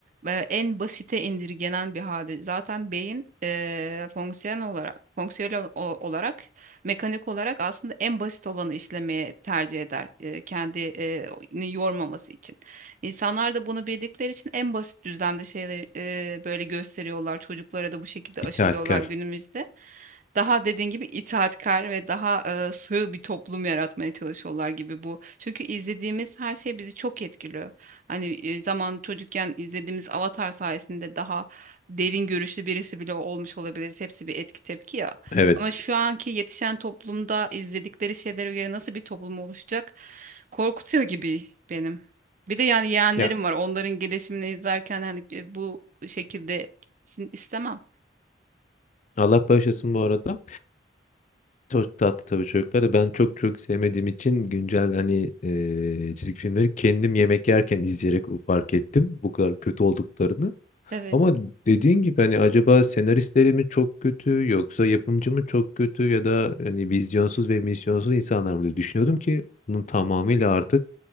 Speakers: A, on the right; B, on the left.
A: e, en basite indirgenen bir halde. Zaten beyin e, fonksiyon olarak fonksiyonel o- olarak mekanik olarak aslında en basit olanı işlemeye tercih eder e, kendini yormaması için. İnsanlar da bunu bildikleri için en basit düzlemde şeyleri e, böyle gösteriyorlar. Çocuklara da bu şekilde
B: İtaatkar.
A: aşılıyorlar günümüzde. Daha dediğin gibi itaatkar ve daha e, sığ bir toplum yaratmaya çalışıyorlar gibi bu. Çünkü izlediğimiz her şey bizi çok etkiliyor. Hani e, zaman çocukken izlediğimiz Avatar sayesinde daha derin görüşlü birisi bile olmuş olabiliriz. Hepsi bir etki tepki ya.
B: Evet.
A: Ama şu anki yetişen toplumda izledikleri şeylere göre nasıl bir toplum oluşacak korkutuyor gibi benim. Bir de yani yeğenlerim
B: Ya
A: var. Onların gelişimini izlerken hani e, bu şekilde sin- istemem.
B: Allah bağışlasın bu arada. Çok tatlı tabii çocuklar da ben çok çok sevmediğim için güncel hani e, çizgi filmleri kendim yemek yerken izleyerek fark ettim bu kadar kötü olduklarını.
A: Evet.
B: Ama dediğin gibi hani acaba senaristleri mi çok kötü yoksa yapımcı mı çok kötü ya da hani vizyonsuz ve misyonsuz insanlar mı diye düşünüyordum ki bunun tamamıyla artık